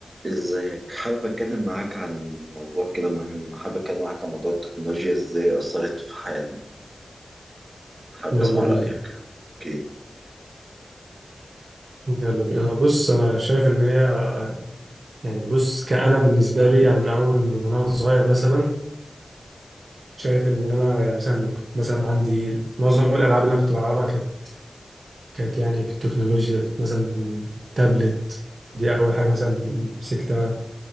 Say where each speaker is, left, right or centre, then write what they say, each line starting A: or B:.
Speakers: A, on the right; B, on the right.
A: ازيك حابب اتكلم معاك عن موضوع كده مهم حابب اتكلم معاك عن موضوع التكنولوجيا ازاي اثرت في حياتنا حابب
B: يلا
A: اسمع
B: بينا
A: رايك اوكي
B: يلا بينا انا بص انا شايف ان هي يعني بص كأنا بالنسبه لي يعني من اول من انا صغير مثلا شايف ان انا يعني مثلا كنت مثلا عندي معظم الالعاب اللي انا كنت بلعبها كانت كانت يعني في التكنولوجيا كنت مثلا تابلت دي اول حاجه مثلا مسكتها